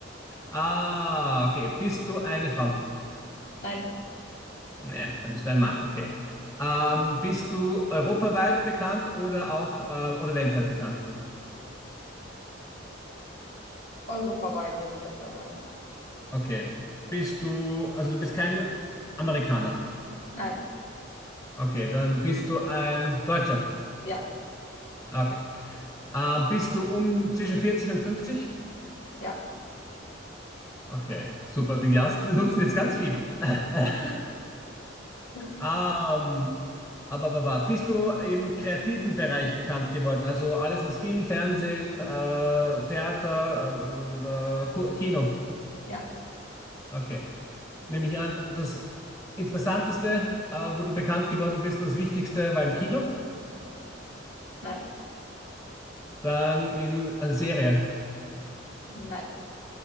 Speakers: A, on the left; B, on the left.
A: Ah, okay. Bist du eine Frau?
B: Nein.
A: Ja, dann bist du ein Mann, okay. Ähm, bist du europaweit bekannt oder auch äh, oder weltweit bekannt?
B: Europaweit würde ich jetzt mal sagen.
A: Okay. Bist du, also du bist kein Amerikaner.
B: Nein.
A: Okay, dann bist du ein Deutscher.
B: Ja.
A: Okay. Ähm, bist du um zwischen 40 und 50?
B: Ja.
A: Okay, super. Die Jastri nutzen jetzt ganz viel. <laughs>
B: <laughs>
A: Ähm, aber, aber, aber bist du im kreativen Bereich bekannt geworden? Also alles, was Film, Fernsehen, äh, Theater, äh, äh, Ku- Kino.
B: Ja.
A: Okay. Nehme ich an, das Interessanteste, äh, wo du bekannt geworden bist, das Wichtigste war im Kino,
B: Nein.
A: dann in äh, Serie,
B: Nein.